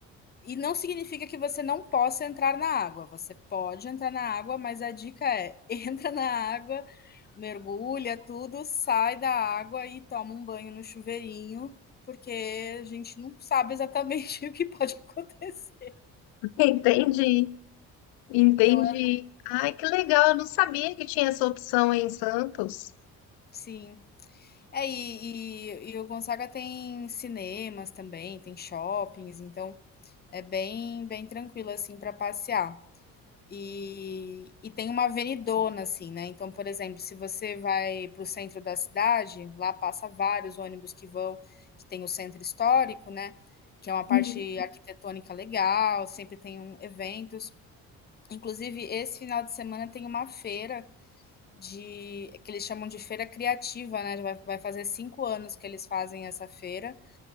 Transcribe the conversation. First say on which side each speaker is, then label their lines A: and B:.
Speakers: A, on the left; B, on the left.
A: E não significa que você não possa entrar na água. Você pode entrar na água, mas a dica é: <laughs> entra na água, mergulha tudo, sai da água e toma um banho no chuveirinho, porque a gente não sabe exatamente <laughs> o que pode <laughs> acontecer.
B: Entendi, entendi.
A: Então, é,
B: Ai, que legal, eu não sabia que tinha essa opção em Santos.
A: sim. É, e, e, e o Gonzaga tem cinemas também, tem shoppings, então é bem, bem tranquilo assim para passear. E, e tem uma avenidona, assim, né? Então, por exemplo, se você vai para o centro da cidade, lá passa vários ônibus que vão, que tem o centro histórico, né? Que é uma parte
B: Uhum.
A: arquitetônica legal, sempre tem um, eventos. Inclusive, esse final de semana tem uma feira de que eles chamam de feira criativa, né? Vai, vai fazer cinco anos que eles fazem essa feira